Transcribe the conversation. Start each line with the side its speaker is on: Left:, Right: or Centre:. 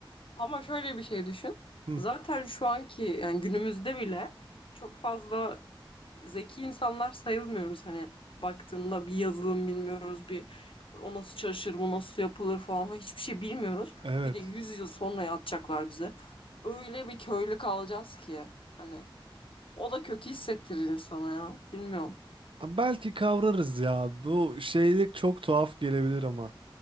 Left: ama şöyle bir şey düşün.
Right: Hı.
Left: Zaten şu anki yani günümüzde bile çok fazla zeki insanlar sayılmıyoruz. Hani baktığında bir yazılım bilmiyoruz, bir o nasıl çalışır, bu nasıl yapılır falan falan hiçbir şey bilmiyoruz.
Right: Evet.
Left: Bir de 100 yıl sonra yatacaklar bize. Öyle bir köylü kalacağız ki hani. O da kötü hissettirir insana ya. Bilmiyorum.
Right: Ha, Belki kavrarız ya. Bu şeylik çok tuhaf gelebilir ama.